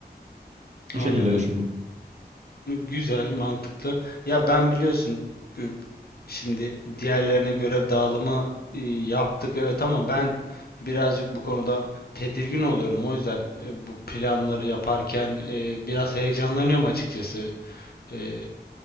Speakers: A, on the right; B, on the left.
A: Bu
B: Anladım.
A: şekilde düşünün.
B: Güzel, mantıklı. Ya ben biliyorsun ü- şimdi diğerlerine görev dağılımı e, yaptık evet ama ben birazcık bu konuda tedirgin oluyorum. O yüzden e, bu planları yaparken e, biraz heyecanlanıyorum açıkçası. E,